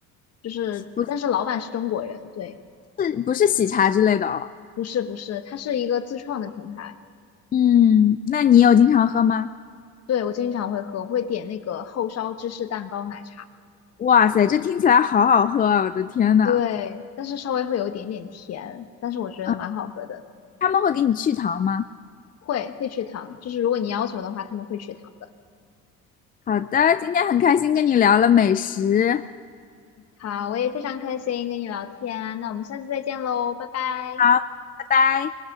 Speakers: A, on the left (about 50°); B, on the left (about 25°).
A: 就是但是老板是中国人，
B: 不
A: 对，
B: 是，不是喜茶之类的哦。
A: 不是不是，它是一个自创的品牌。
B: 嗯，那你有经常喝吗？
A: 对，我经常会喝，我会点那个厚烧芝士蛋糕奶茶，
B: 哇塞，这听起来好好喝啊，我的天呐。
A: 对，但是稍微会有一点点甜，但是我觉得蛮好喝的。
B: 嗯，他们会给你去糖吗？
A: 会会去糖，就是如果你要求的话，他们会去糖的。
B: 好的，今天很开心跟你聊了美食，
A: 好，我也非常开心跟你聊天，那我们下次再见喽，拜拜。
B: 好，拜拜。